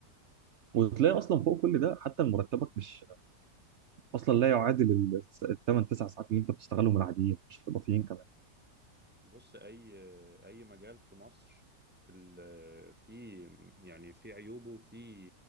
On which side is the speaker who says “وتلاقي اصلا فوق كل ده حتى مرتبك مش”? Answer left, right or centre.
Right